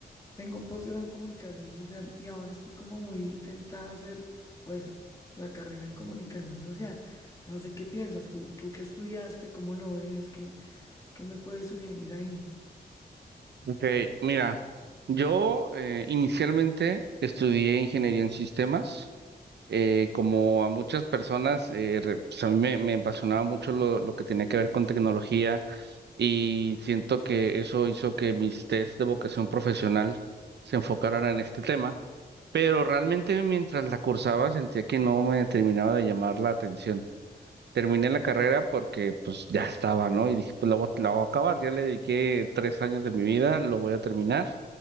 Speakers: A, on the left; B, on the right.
A: Tengo un posgrado en comunicación social y ahora estoy como muy tentada a hacer pues la carrera en comunicación social. No sé qué piensas tú, tú qué estudiaste, cómo lo ves, qué, qué me puedes sugerir ahí.
B: Ok, mira, yo eh, inicialmente estudié ingeniería en sistemas. eh, como a muchas personas, eh, re- pues a mí me, me apasionaba mucho lo, lo que tenía que ver con tecnología y siento que eso hizo que mis test de vocación profesional se enfocaran en este tema, pero realmente mientras la cursaba sentía que no me terminaba de llamar la atención. Terminé la carrera porque pues ya estaba, ¿no? Y dije, pues la voy, a la voy a acabar, ya le dediqué tres años de mi vida, lo voy a terminar